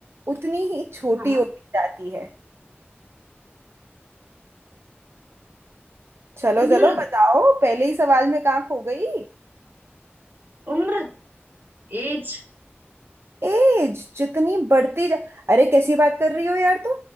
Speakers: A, on the right; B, on the right.
A: उतनी ही छोटी
B: हाँ
A: होती जाती है चलो
B: उम्र
A: चलो बताओ पहले ही सवाल में कहाँ खो गई
B: उम्र एज
A: एज जितनी बढ़ती जा अरे कैसी बात कर रही हो यार तुम